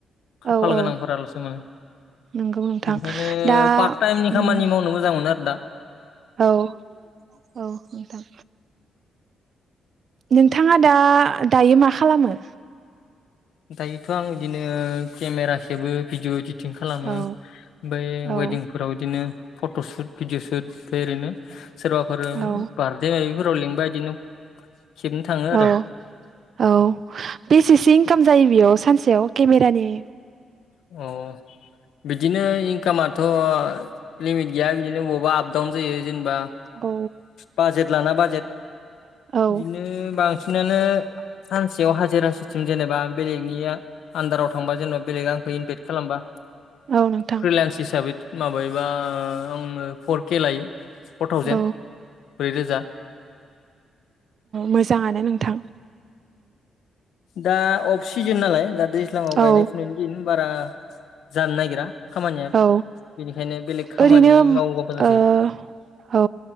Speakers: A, on the left; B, on the right.
A: खाफाल
B: औ औ
A: गोनांफोरालसो मोनो
B: नंगौ नोंथां
A: बेनिखायनो
B: दा
A: पार्ट टाइमनि खामानि
B: उम
A: मावनो मोजां मोनो आरो ना
B: औ औ नोंथां नोंथाङा दा दायो मा खालामो
A: दायोथ आं बिदिनो केमेरा खेबो भिदिअ इदि फिटिं खालामो
B: औ
A: ओमफ्राय
B: औ
A: वेडिंफोराव बिदिनो। फट सुट भिडिअ सुट ओमफ्राय ओरैनो सोरबाफोर
B: औ
A: बारदे माबाफोराव लिंबा बिदिनो। खेबनो थाङो आरो
B: औ औ बेसेसो इनखाम। जायो बेयाव सानसेयाव केमेरानि।
A: अ। बिदिनो इनकामाथ लिमिट गैया बिदिनो बबावबा आप डाउन जायो। जेनेबा
B: औ
A: बाजेट लाना बाजेट।
B: औ
A: बिदिनो बांसिनानो। सानसेयाव हाजिरा सिसथिम जेनेबा बेलेगनि आन्दाराव थांबा जेनेबा बेलेग आंखौ इनभाइट खालामबा।
B: औ नोंथां
A: फ्रिलेन्स हिसाबै माबायोबा आंनो फर के लायो। फर थावजेेन
B: औ
A: ब्रैरोजा।
B: मोजांङानो नोंथां।
A: दा अफ सिजोन नालाय दा दैज्लांङाव गायनाय
B: औ
A: फुनायनि दिन बारा। जानो नागिरा खामानिया
B: औ
A: बेनिखायनो बेलेग खामानि
B: ओरैनो
A: मावोबा मोजांसै।
B: ओ औ